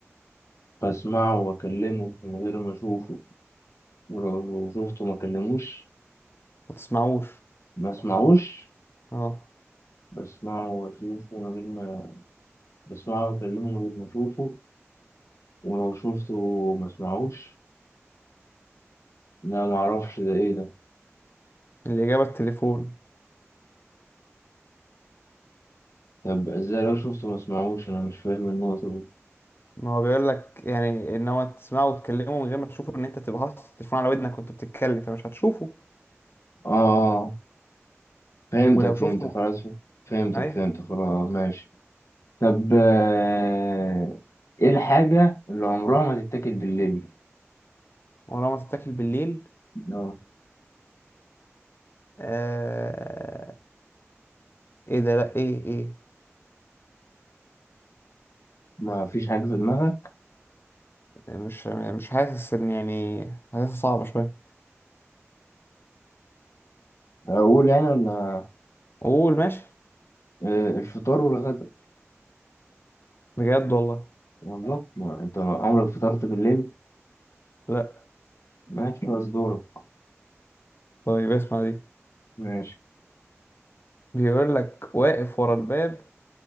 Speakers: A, on the left; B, on the left.
A: بسمعه وأكلمه من غير ما أشوفه ولو شفته ما أكلموش
B: ما تسمعوش
A: ما أسمعوش
B: اه
A: بسمعه وأشوفه من غير ما بسمعه وأكلمه من غير ما أشوفه ولو شفته ما أسمعوش لا معرفش ده إيه ده
B: الإجابة التليفون
A: طب إزاي لو شفته ما أسمعوش أنا مش فاهم النقطة دي
B: ما هو بيقول لك يعني ان هو تسمعه وتكلمه من غير ما تشوفه ان انت تبقى حاطط التليفون على ودنك وانت بتتكلم فمش هتشوفه
A: آه آه. فهمتك
B: ولو
A: فهمتك
B: شفته
A: خلاص فهمتك
B: ايوه
A: فهمتك خلاص ماشي طب آه، ايه الحاجة اللي عمرها ما تتاكل بالليل
B: ولو ما تتاكل بالليل
A: لو
B: آه... ايه ده لا ايه ايه
A: ما فيش حاجة في دماغك
B: يعني مش يعني مش حاسس ان يعني حاسسها صعبة شوية
A: اقول يعني ولا
B: قول ماشي
A: آه، الفطار والغدا
B: بجد والله
A: والله ما انت عمرك فطرت بالليل
B: لا
A: ماشي خلاص دورك
B: طيب اسمع دي
A: ماشي
B: بيقول لك واقف ورا الباب